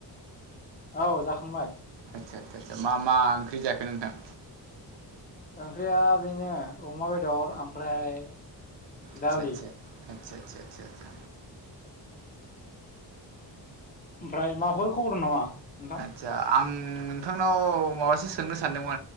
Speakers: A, on the left (about 20°); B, on the right (about 85°).
A: औ जाखांबाय।
B: आदसा सा सा मा मा ओंख्रि जाखो नोंथां?
A: ओंख्रिया बेनो अमा बेदर ओमफ्राय
B: आदसा
A: दालि
B: आदसा‌ आदसा आदसा आदसा।
A: ओमफ्राय माबाफोर खबर दं नामा नोंथां?
B: आदसा आं नोंथांनाव माबासो सोंनो सानदोंमो